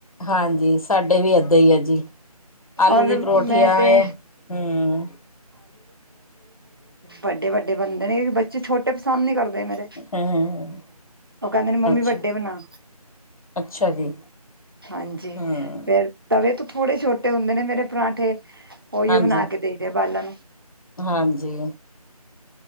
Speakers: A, on the left; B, on the right.
A: ਹਾਂਜੀ, ਸਾਡੇ ਵੀ ਏਦਾਂ ਈ ਐ ਜੀ, ਆਲੂ
B: ਔਰ
A: ਦੀ ਪਰੌਂਠੀ
B: ਮੈਂ
A: ਆ
B: ਤੇ
A: ਏ, ਹੰਮ੍ਹ।
B: ਵੱਡੇ-ਵੱਡੇ ਬਣਦੇ ਨੇ ਏ ਵੀ ਬੱਚੇ ਛੋਟੇ ਪਸੰਦ ਨੀ ਕਰ ਮੇਰੇ,
A: ਹਮ
B: ਓ ਕੈਂਦੇ ਨੇ ਮੰਮੀ
A: ਅੱਛਾ
B: ਵੱਡੇ ਬਣਾ।
A: ਅੱਛਾ ਜੀ
B: ਹਾਂਜੀ,
A: ਹਮ
B: ਫੇਰ ਤਵੇ ਤੋਂ ਥੋੜ੍ਹਗ ਛੋਟੇ ਹੁੰਦੇ ਨੇ ਮੇਰੇ ਪਰਾਠੇਂ। ਓਈਓ
A: ਹਾਂਜੀ
B: ਬਣਾ ਕੇ ਦਈਦੇ ਬਾਲਾਂ ਨੂੰ।
A: ਹਾਂਜੀ